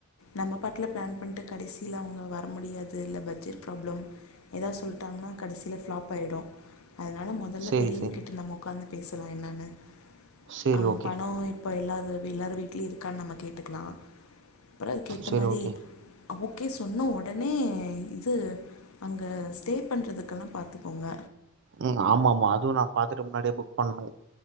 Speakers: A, on the left; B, on the right.
A: நம்ம பாட்டுல பிளான் பண்ட்டு கடசியில அவங்க வர முடியாது இல்ல பட்ஜெட்ப்ராபளம் எதாவது சொல்லிட்டாங்னா கடசியில பிளாப் ஆயிடும் அதுனால முதல்ல
B: சரி
A: பெரியவுங்கிட்ட
B: சரி
A: நம்ம உக்காந்து பேசலாம் என்னானு
B: சரி
A: ஆஹ்
B: ஓகே
A: பணம் இப்ப இல்லாது எல்லாரும் வீட்லயே இருக்கான்னு நம்ம கேட்டுக்கலாம் அப்பறம் அதுக்கு ஏத்த
B: சரி
A: மாறி
B: ஓகே
A: க்கே சொன்ன உடனே இது அங்க ஸ்டே பண்றதுக்கெல்லாம் பாத்துக்கோங்க
B: உஹம் ஆமா ஆமா அதுவும் நான் பாத்துட்டு முன்னாடியே புக் பண்ணனும்